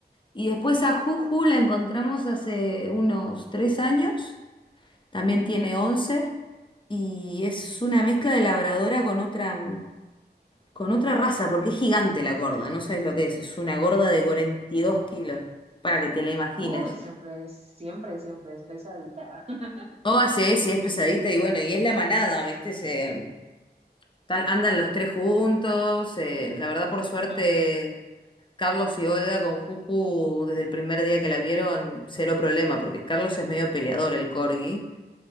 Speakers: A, on the left; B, on the right.
A: y después a Juju la encontramos hace unos 3 años, también tiene 11 y es una mezcla de labradora con otra, con otra raza porque es gigante la gorda, no sabes lo que es, es una gorda de 42 kilos, para que te la imagines.
B: Uy, siempre es, siempre, siempre es pesadita. <laughs>
A: Oh, sí, sí, es pesadita y bueno, y es la manada, ¿viste? Se, tal, andan los tres juntos. eh, la verdad, por suerte,
B: Ah,
A: Carlos y Olga con Juju, desde el primer día que la vieron, cero problema, porque Carlos es medio peleador, el corgi.